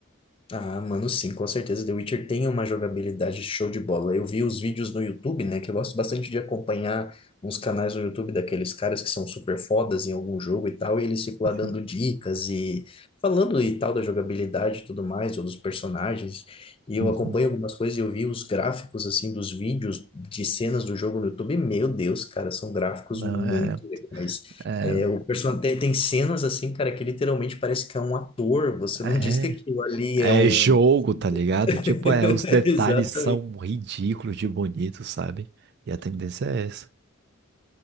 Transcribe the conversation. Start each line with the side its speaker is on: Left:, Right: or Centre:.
Left: Ah, mano, sim, com certeza. The Witcher tem uma jogabilidade show de bola. Eu vi os vídeos no YouTube, né? Que eu gosto bastante de acompanhar uns canais no YouTube daqueles caras que são super fodas em algum jogo e tal, e eles ficam lá dando
Right: Sim.
Left: dicas e falando e tal da jogabilidade e tudo mais, ou dos personagens. E eu
Right: Uhum.
Left: acompanho algumas coisas e eu vi os gráficos, assim, dos vídeos de cenas do jogo no YouTube. E, meu Deus, cara, são gráficos
Right: Não,
Left: muito
Right: é,
Left: legais.
Right: é,
Left: É, o personagem tem, tem cenas assim, cara, que literalmente parece que é um ator. Você
Right: é.
Left: não diz que aquilo ali
Right: É
Left: é um.
Right: jogo, tá ligado? Tipo,
Left: <laughs>
Right: é, os detalhes
Left: Exatamente.
Right: são ridículos de bonito, sabe? E a tendência é essa.